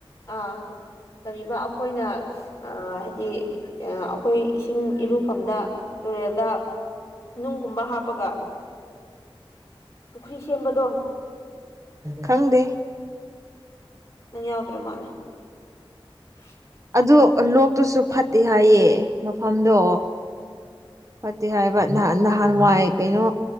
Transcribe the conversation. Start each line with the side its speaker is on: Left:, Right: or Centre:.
Left: ꯑꯥ ꯀꯔꯤꯕ ꯑꯩꯈꯣꯏꯅ ꯍꯥꯏꯗꯤ ꯑꯩꯈꯣꯏ ꯏꯁꯤꯡ ꯏꯔꯨꯐꯝꯗ ꯇꯨꯔꯦꯜꯗ ꯅꯨꯡꯒꯨꯝꯕ ꯍꯥꯞꯄꯒ ꯄꯨꯈ꯭ꯔꯤ ꯁꯦꯝꯕꯗꯣ
Right: ꯈꯪꯗꯦ
Left: ꯅ ꯌꯥꯎꯗ꯭ꯔꯣ ꯃꯥꯂꯦ <unintelligible> <inaudible>
Right: ꯑꯗꯨꯗ ꯂꯣꯛꯇꯨꯁꯨ ꯐꯠꯇꯦ ꯍꯥꯏꯌꯦ ꯃꯐꯝꯗꯣ ꯐꯠꯇꯦ ꯍꯥꯏꯕ ꯅꯍꯥꯟꯋꯥꯏ ꯀꯩꯅꯣ